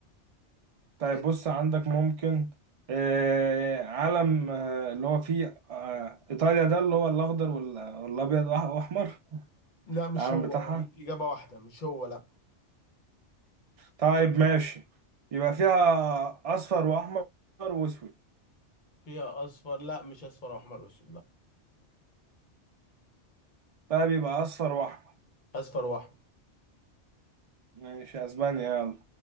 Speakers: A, on the right (about 60°); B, on the left (about 45°).
A: طيب
B: إيه؟
A: بص عندك ممكن آه، علم آه، اللي هو فيه آه، إيطاليا ده اللي هو الأخضر وال- والأبيض وأح- وأحمر
B: لا مش
A: العلم
B: هو
A: بتاعها
B: وليك إجابة واحدة مش هو لا
A: طيب ماشي يبقى فيها أصفر وأحمر وأسود
B: فيها أصفر لا مش أصفر وأحمر وأسود لا
A: طيب يبقى أصفر وأحمر
B: أصفر وأحمر
A: ماشي أسبانيا يلا